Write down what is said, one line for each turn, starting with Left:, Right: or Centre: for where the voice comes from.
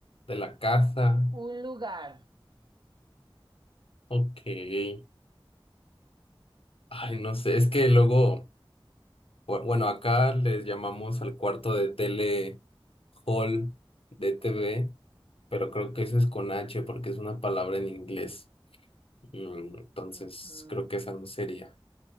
Left: de la casa?
Right: Un lugar.
Left: Ok. Ay, no sé, es que luego, bu- bueno, acá les llamamos al cuarto de tele hall de T V pero creo que eso es con H porque es una palabra en inglés. Mm, Entonces,
Right: Ujú.
Left: creo que esa no sería.